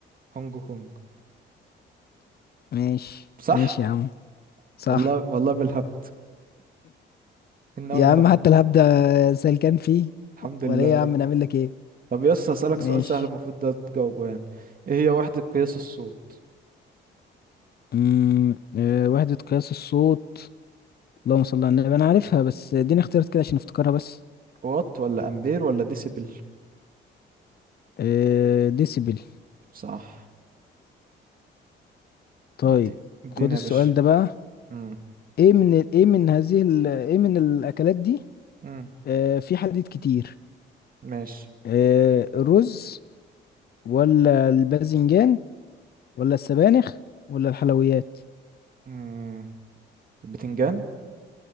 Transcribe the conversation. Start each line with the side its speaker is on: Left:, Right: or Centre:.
Right: هونج كونج
Left: ماشي
Right: صح
Left: ماشي يا عم صح
Right: والله والله بالهبد انه
Left: يا
Right: الهبد
Left: عم حتى الهبدة سلكان فيه
Right: الحمد
Left: ولا
Right: لله
Left: ايه
Right: يا
Left: يا
Right: رب
Left: عم نعمل لك ايه
Right: طب يس اسالك
Left: ماشي
Right: سؤال سهل المفروض ده تجاوبه يعني ايه هي وحدة قياس الصوت
Left: امم آه، وحدة قياس الصوت اللهم صل على النبي انا عارفها بس اديني اختيارات كده عشان افتكرها بس
Right: وات ولا امبير ولا ديسيبل
Left: آه، ديسيبل
Right: صح
Left: طيب
Right: دي اديني
Left: خد السؤال
Right: يا باشا
Left: ده بقى
Right: امم
Left: ايه من ال- ايه من هذه ال- ايه من الاكلات دي
Right: امم
Left: آه، في حديد كتير
Right: ماشي
Left: آه، الرز ولا الباذنجان ولا السبانخ ولا الحلويات
Right: امم البتنجان